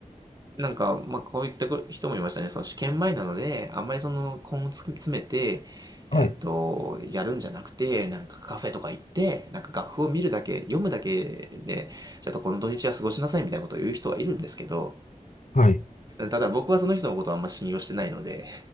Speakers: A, on the right; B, on the left.
A: なんか、まあ、こういった人もいましたね。その試験前なので、あんまりその根をつ詰めて、
B: はい。
A: えっと、やるんじゃなくて、なんかカフェとか行って、なんか楽譜を見るだけ、読むだけで、ちょっとこの土日は過ごしなさいみたいなことを言う人がいるんですけど、
B: はい。
A: ただ僕はその人のことをあんま信用してないので、